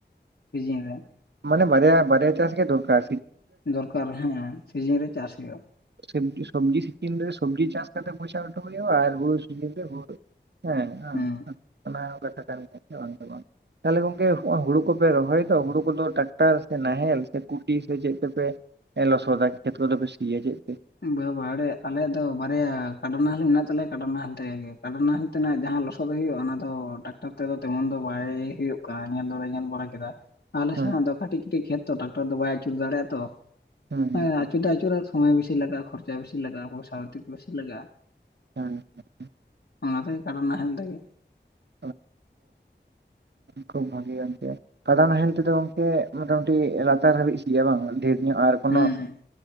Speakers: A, on the left (about 70°); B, on the right (about 65°).
A: ᱥᱤᱡᱤᱱ ᱨᱮ᱾
B: ᱢᱟᱱᱮ ᱵᱨᱭᱟ ᱵᱨᱭᱟ ᱪᱟᱥ ᱜᱮ ᱫᱨᱠᱟᱨ᱾
A: ᱫᱚᱨᱠᱟᱨ ᱦᱮᱸ, ᱥᱤᱡᱤᱱ ᱨᱮ ᱪᱟᱥ ᱦᱩᱭᱩᱜᱼᱟ᱾
B: ᱥᱮᱵᱡᱤ ᱥᱚᱵᱡᱤ ᱥᱤᱡᱤᱱ ᱨᱮ ᱥᱚᱵᱡᱤ ᱪᱟᱥ ᱠᱟᱛᱮ ᱯᱚᱭᱥᱟᱴᱚ ᱢᱤᱫᱴᱟᱝ ᱦᱩᱭᱩᱜ-ᱟ ᱟᱨᱦᱩᱼᱼᱼ ᱧᱤᱫᱟᱹ ᱵᱷᱳᱨ ᱦᱮᱸ
A: ᱦᱮᱸ
B: ᱟᱸ ᱚᱱᱟ ᱦᱚᱸ ᱠᱟᱛᱷᱟᱼᱼ ᱠᱟᱱ ᱜᱮ ᱥᱮ ᱵᱟᱝ ᱫᱚ ᱠᱟᱝ ᱛᱟᱦᱞᱮ ᱦᱚᱸᱜᱼᱚᱭ ᱦᱩᱲᱩ ᱠᱚᱯᱮ ᱨᱚᱦᱚᱭᱼᱼ ᱫᱚ ᱦᱩᱲᱩ ᱠᱚᱫᱚ ᱴᱟᱠᱴᱟᱨ ᱥᱮ, ᱱᱟᱦᱮᱞ ᱥᱮ, ᱠᱩᱴᱤ ᱥᱮ ᱪᱮᱫ ᱛᱮᱯᱮᱼᱼᱼ ᱮ ᱞᱚᱥᱚᱫᱟ ᱠᱷᱮᱛ ᱠᱚᱫᱚᱯᱮ ᱥᱤᱭᱟ ᱪᱮᱫ ᱛᱮ?
A: ᱵᱟᱵᱟᱲᱮ ᱟᱞᱮᱭᱟᱜ ᱫᱚ ᱵᱟᱨᱭᱟ ᱠᱟᱰᱟ ᱱᱟᱦᱮᱞ ᱢᱮᱱᱟᱜ ᱛᱟᱞᱮᱭᱟ ᱠᱟᱰᱟ ᱱᱟᱦᱮᱞ ᱛᱮᱜᱮ ᱠᱟᱰᱟᱱᱟᱦᱮᱞᱼᱼᱼ ᱛᱮᱱᱟᱜ ᱡᱟᱦᱟᱸ ᱞᱚᱥᱚᱫ ᱦᱩᱭᱩᱜᱼᱟ ᱚᱱᱟ ᱫᱚ ᱴᱟᱠᱴᱟᱨ ᱛᱮᱫᱚ ᱛᱮᱢᱚᱱ ᱫᱚ ᱵᱟᱭ ᱦᱳᱜ ᱠᱟᱱᱟ ᱧᱮᱞ ᱫᱚᱞᱮ ᱧᱮᱞ ᱵᱟᱲᱟ ᱠᱮᱫᱟ᱾ ᱟᱞᱮ <unintelligible>
B: ᱦᱮᱸ
A: ᱟᱫᱚ ᱠᱟᱹᱴᱤᱡ ᱠᱟᱹᱴᱤᱡ ᱠᱷᱮᱛ ᱛᱚ ᱴᱟᱠᱴᱟᱨ ᱫᱚ ᱵᱟᱭ ᱟᱹᱪᱩᱨ ᱫᱟᱲᱮᱜᱼᱟ ᱛᱚ
B: ᱦᱮᱸ
A: ᱮᱸ ᱟᱪᱩᱨ ᱫᱚ ᱟᱹᱪᱩᱨᱚᱜᱟ ᱥᱚᱢᱚᱭ ᱵᱥᱼᱼ ᱥᱤ ᱞᱟᱜᱟ ᱠᱷᱚᱨᱪᱟ ᱵᱮᱥᱤ ᱞᱟᱜᱟ ᱯᱚᱭᱥᱟ <unintelligible> ᱯᱚᱭᱥᱟ ᱞᱟᱜᱼᱟ᱾
B: <inaudible>
A: ᱚᱱᱟ ᱛᱮᱜᱮ ᱠᱟᱰᱟ ᱱᱟᱦᱮᱞ ᱛᱮᱜᱮ᱾
B: <inaudible> ᱠᱷᱩᱵ ᱵᱷᱟᱹᱜᱮ ᱠᱟᱱ ᱛᱟᱭᱟ᱾ ᱠᱟᱫᱟ ᱱᱟᱦᱮᱞ ᱛᱮᱫᱚ ᱜᱚᱝᱠᱮ ᱢᱚᱴᱟᱢᱩᱴᱤ ᱞᱟᱛᱟᱨ ᱦᱟᱹᱵᱤᱡ ᱥᱤ-ᱟ ᱵᱟᱝ ᱰᱷᱮᱨ ᱤᱧᱟᱜ ᱟᱨ ᱠᱳᱱᱳ
A: ᱦᱮᱸ